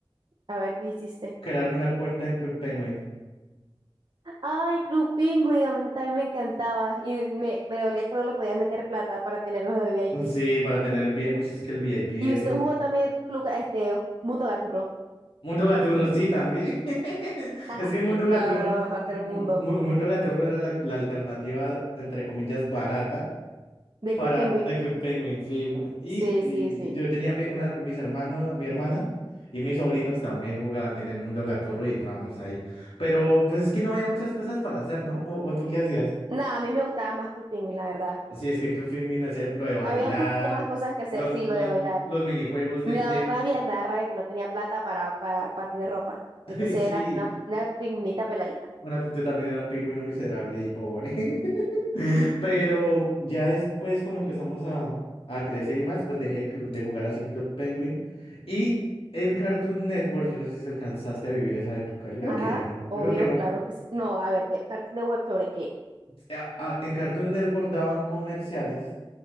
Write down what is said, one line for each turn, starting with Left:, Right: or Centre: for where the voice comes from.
Right: A ver qué hiciste.
Left: Crearme una cuenta en Club Penguin.
Right: Ay, Club Penguin, a mí también me encantaba. Y me, me dolía que no le podía meter plata para tenerlo de VIP.
Left: Ujú. Sí, para tener el VIP. Uy, es que el VIP,
Right: Y usted
Left: otro
Right: jugó también Club, este, Mundo Gaturro.
Left: Mundo Gaturro, sí, también. <laughs> Es
Right: <laughs>
Left: que Mundo
Right: No,
Left: Gaturro,
Right: lo mejor
Left: Mu-
Right: del mundo,
Left: Mu- Mundo Gaturro era la, la alternativa, entre comillas, barata
Right: de
Left: para
Right: Club Penguin.
Left: The Club Penguin, sí. mu- Y,
Right: Sí,
Left: y-
Right: sí, sí.
Left: y yo tenía mi, una, mis hermanos, mi hermana y mis sobrinos también jugaban, tenían Mundo Gaturro y entrábamos ahí. Pero pues es que no había muchas cosas para hacer, ¿no? ¿O, o tú qué hacías?
Right: Nada, a mí me gustaba más Cool Penguin, la verdad.
Left: Sí, es que Club Penguin hacía lo de bailar,
Right: Había un poquito más cosas que hacer,
Left: lo-
Right: sí, lo
Left: los,
Right: de bailar.
Left: los minijuegos del
Right: Me daba
Left: tema.
Right: rabia, me daba rabia que no tenía plata para, para, para tener ropa.
Left: <laughs>
Right: Entonces
Left: Sí,
Right: era una, una pingüinita peladita.
Left: Una- yo también era un pingüino miserable y pobre. <laughs> Pero ya después, cuando empezamos a, a crecer y más, pues dejé de, clu- de jugar así Club Penguin. Y en Cartoon Network, yo no sé si alcanzaste a vivir esa época. Yo creo
Right: Ajá,
Left: que no.
Right: obvio,
Left: Yo creo que no.
Right: claro que sí. No, a ver, de Cartoon Network sobre qué.
Left: A- a- En Cartoon Network daban comerciales